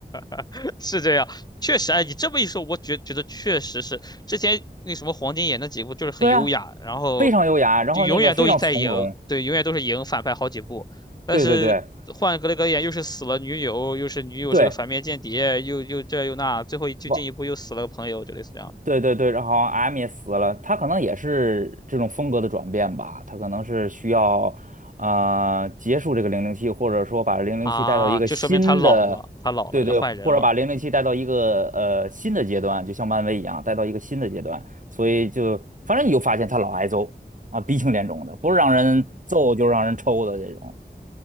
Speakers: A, on the left (about 25°); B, on the right (about 50°).
A: 哈！是这样，确实，哎，你这么一说，我觉觉得确实是之前那什么黄金眼那几部就是很优雅，
B: 对啊，
A: 然后
B: 非常优雅，然后那个非常从容。
A: 就永远都在赢，对，永远都是赢反派好几部，但是换格雷格演又是死了女友，
B: 对对对
A: 又是女友是个反面间谍，
B: 对。
A: 又又这又那，最后就进一步又死了个朋友，
B: 我。
A: 就类似这样的
B: 对对对，然后好像 M 也死了，他可能也是这种风格的转变吧，他可能是需要，呃，结束这个零零七，或者说把零零七带到一个新的，
A: 啊，就说明他老了，他老了要换人了。
B: 对对，或者把零零七带到一个呃新的阶段，就像漫威一样，带到一个新的阶段，所以就反正你就发现他老挨揍啊，鼻青脸肿的，不是让人揍就是让人抽的这种。